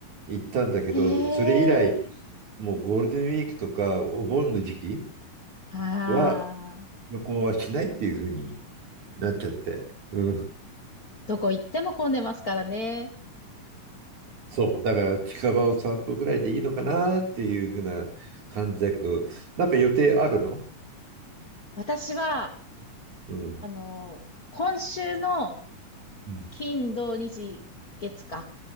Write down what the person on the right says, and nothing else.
行ったんだけど、
それ以来、もうゴールデンウィークとかお盆の時期
は旅行はしないっていうふうになっちゃって。うん。
そう、だから近場を散歩ぐらいでいいのかなっていうふうな感じだけど、なんか予定あるの
うん、
うん、